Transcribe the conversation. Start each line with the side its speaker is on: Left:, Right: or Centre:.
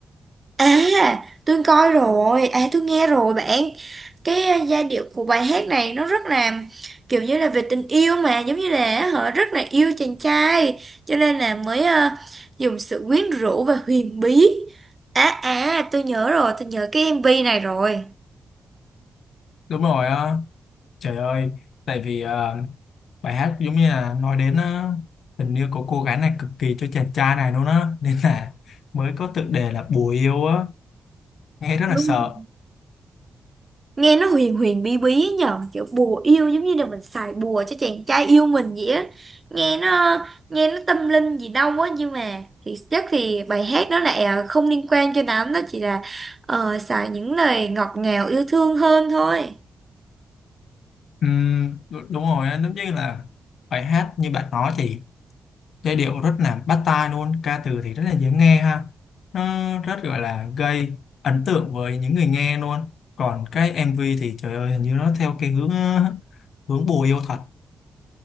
Right: À, tôi coi rồi, à tôi nghe rồi bạn. Cái uh, giai điệu của bài hát này nó rất là kiểu như là về tình yêu mà, giống như là họ rất là yêu chàng trai, cho nên là mới uh, dùng sự quyến rũ và huyền bí. À à, tôi nhớ rồi, tôi nhớ cái MV này rồi.
Left: Đúng rồi á, trời ơi, tại vì ờ, bài hát giống như là nói đến ờ, tình yêu của cô gái này cực kỳ cho chàng trai này luôn á, nên là mới có tựa đề là Bùa yêu á, nghe rất
Right: Đúng
Left: là sợ.
Right: nghe nó huyền huyền bí bí nhờ kiểu bùa yêu giống như là mình xài bùa cho chàng trai yêu mình vậy á nghe nó nghe nó tâm linh gì đâu á nhưng mà thì chắc thì bài hát đó lại ờ, không liên quan cho lắm nó chỉ là ờ, xài những lời ngọt ngào yêu thương hơn thôi
Left: Ừm, đú- đúng rồi á, giống như là bài hát như bạn nói thì giai điệu rất là bắt tai luôn, ca từ thì rất là dễ nghe ha, nó rất gọi là gây ấn tượng với những người nghe luôn. Còn cái MV thì trời ơi, hình như nó theo cái hướng ờ, hướng bùa yêu thật.